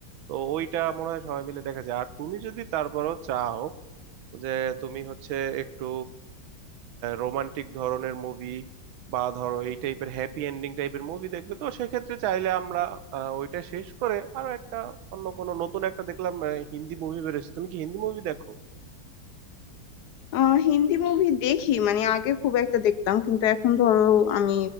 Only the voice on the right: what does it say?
তো ওইটা মনে হয় সবাই মিলে দেখা যায় আর তুমি যদি তারপরও চাও যে তুমি হচ্ছে একটু রোমান্টিক ধরনের মুভি বা ধরো এই টাইপের হ্যাপি এন্ডিং টাইপের মুভি দেখবে তো সেক্ষেত্রে চাইলে আমরা আহ, ওইটা শেষ করে আরো একটা অন্য কোনো নতুন একটা দেখলাম আহ, হিন্দি মুভি বেরোছে তুমি কি হিন্দি মুভি দেখো